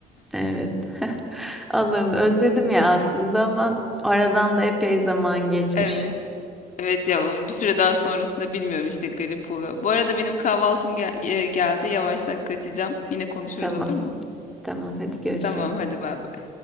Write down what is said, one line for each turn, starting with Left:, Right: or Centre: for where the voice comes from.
Centre: Evet. <laughs> Allah'ım özledim ya aslında ama aradan da epey zaman geçmiş.
Left: Evet. Evet ya o bir süreden sonrasında bilmiyorum işte garip oluyor. Bu arada benim kahvaltım gel- e, geldi yavaştan kaçacağım. Yine konuşuruz
Centre: Tamam,
Left: olur mu?
Centre: tamam hadi görüşürüz.
Left: Tamam hadi bay bay.